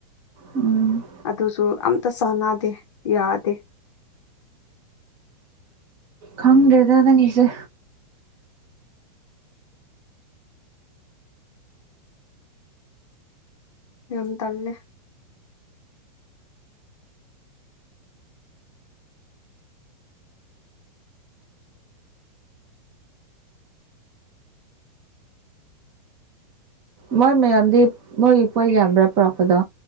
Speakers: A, on the right; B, on the left.
A: ꯎꯝ
B: ꯑꯗꯨꯁꯨ ꯑꯝꯇ ꯆꯥꯟꯅꯗꯦ ꯌꯥꯗꯦ
A: ꯈꯪꯗꯦꯗ ꯅꯪꯒꯤꯁꯦ
B: ꯌꯥꯝ ꯇꯜꯂꯦ
A: ꯃꯣꯏ ꯃꯌꯥꯝꯗꯤ ꯃꯣꯏ ꯏꯄꯣꯏ ꯌꯥꯝꯕ꯭ꯔꯥ ꯄꯨꯔꯛꯄꯗꯣ